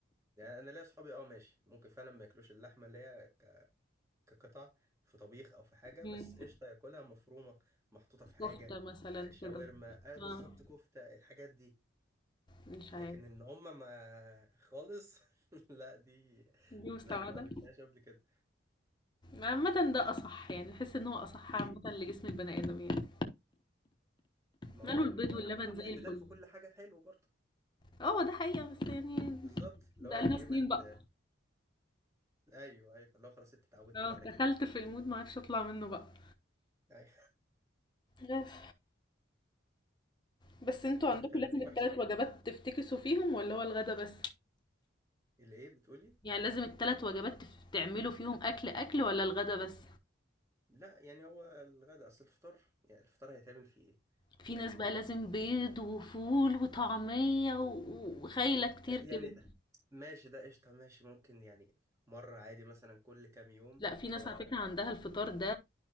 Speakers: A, on the right; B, on the left.
A: يعني انا ليا اصحابي اه ماشي ممكن فعلا ما ياكلوش اللحمه اللي هي ك- كقطع في طبيخ او في حاجه
B: إمم،
A: بس قشطه ياكلها مفرومه محطوطه في حاجه
B: كفتة مثلًا
A: آه، شاورما
B: كده،
A: اه
B: آه،
A: بالظبط كفته الحاجات دي
B: مش عارفة،
A: لكن ان هم ما خالص <laughs> لا دي
B: دي مستبعدة؟
A: لا ما قابلتهاش قبل كده
B: عامة ده أصح يعني أحس إن هو أصح
A: مم.
B: عامة لجسم البني آدم يعني
A: ما
B: ماله
A: هو
B: البيض
A: يعني
B: واللبن
A: هو برضه الاعتدال
B: زي الفل
A: في كل حاجه حلو برضه
B: اه ده حقيقة بس يعني
A: بالظبط اللي
B: بقالنا
A: هو يعني ايه
B: سنين
A: ما ت-
B: بقى
A: ايوه ايوه فاللي هو خلاص انت اتعودتي
B: اه
A: بعد
B: دخلت
A: كده
B: في المود معرفش أطلع منه بقى
A: أيوة.
B: عارف. بس
A: <laughs>
B: انتوا
A: تعرفي
B: عندكم
A: تعملي
B: لازم
A: المحشي
B: التلات وجبات تفتكسوا فيهم ولا هو الغدا بس
A: اللي ايه بتقولي
B: يعني لازم التلات وجبات تف- تعملوا فيهم أكل أكل ولا الغدا بس
A: لا يعني هو الغداء اصل الفطار يعني الفطار هيتعمل فيه ايه
B: في
A: يعني
B: ناس بقى لازم بيض وفول وطعمية و- وخايلة كتير
A: يعني
B: كده
A: ده ماشي ده قشطة ماشي ممكن يعني مرة عادي مثلا كل كام يوم
B: لا في ناس
A: اللي هو
B: على فكرة عندها الفطار ده